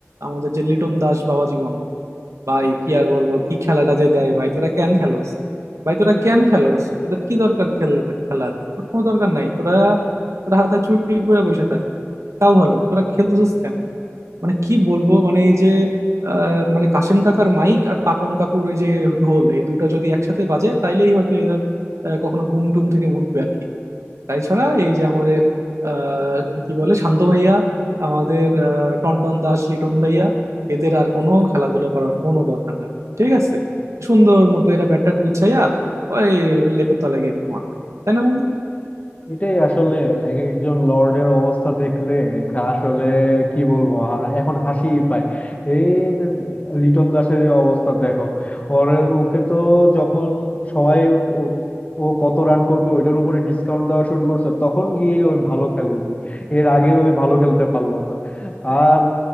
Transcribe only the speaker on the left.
এটাই আসলে এক একজন লর্ডের অবস্থা দেখলে খা- আসলে কি বলবো আর এখন হাসিই পায় এই যে লিটন দাসের এই অবস্থা দেখো ওর ওকে তো যখন সবাই ও ও কত রান করবে ওইটার উপরে ডিসকাউন্ট দেওয়া শুরু করছে তখন গিয়ে ওই ভালো খেললো এর আগে ওই ভালো খেলতে পারলো না আর